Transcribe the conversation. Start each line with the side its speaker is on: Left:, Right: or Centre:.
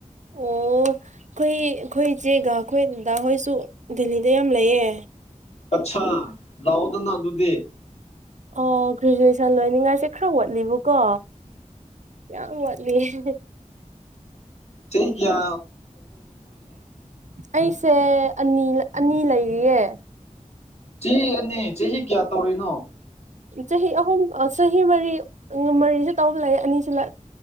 Right: ꯑꯣ ꯑꯩꯈꯣꯏ ꯑꯩꯈꯣꯏꯁꯦꯒ ꯑꯩꯈꯣꯏꯗ ꯍꯣꯏꯁꯨ ꯗꯦꯜꯂꯤꯗ ꯌꯥꯝ ꯂꯩꯌꯦ
Left: ꯑꯆꯥꯥ ꯂꯑꯣꯗꯅ ꯑꯗꯨꯗꯨꯗꯤ
Right: ꯑꯣ ꯒ꯭ꯔꯦꯖꯨꯑꯦꯁꯟ ꯂꯣꯏꯅꯤꯡꯉꯥꯏꯁꯦ ꯈꯔ ꯋꯥꯠꯂꯤꯕꯀꯣ ꯌꯥꯝꯠꯂꯤ <unintelligible>
Left: ꯆꯩ ꯀꯌꯥ
Right: ꯑꯩꯁꯦ ꯑꯅꯤ ꯑꯅꯤ ꯂꯩꯔꯤꯌꯦ
Left: ꯆꯍꯤ ꯑꯅꯤ ꯆꯍꯤ ꯀꯌꯥ ꯇꯧꯔꯤꯅꯣ
Right: ꯆꯍꯤ ꯑꯍꯨꯝ ꯆꯍꯤ ꯃꯔꯤ ꯃꯔꯤꯁꯨ ꯇꯧꯕ ꯂꯩ ꯑꯅꯤꯁꯨ ꯎ